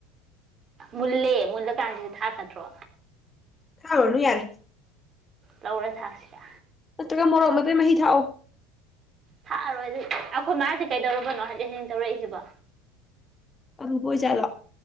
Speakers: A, on the right; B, on the left.
A: ꯃꯨꯜꯂꯦ ꯃꯨꯜꯂꯥ ꯀꯥꯟꯁꯤꯗꯤ ꯊꯥꯛꯀꯗ꯭ꯔꯣ
B: ꯊꯥꯎꯔꯅꯨ ꯌꯥꯔꯦ
A: ꯂꯧꯔꯥ ꯊꯥꯛꯁꯤꯔ
B: ꯅꯠꯇ꯭ꯔꯒ ꯃꯣꯔꯣꯛ ꯃꯦꯠꯄꯩ ꯃꯍꯤ ꯊꯥꯛ ꯑꯣ
A: ꯊꯥꯛ ꯑꯔꯣꯏ ꯑꯩꯈꯣꯏ ꯃꯥꯁꯦ ꯀꯩꯗꯧꯔꯕꯅꯣ ꯍꯥꯏꯖꯤꯟ ꯍꯖꯤꯟ ꯇꯧꯔꯛꯏ ꯁꯤꯕꯣ
B: ꯑꯔꯨꯕ ꯑꯣꯏ ꯖꯠꯂꯣ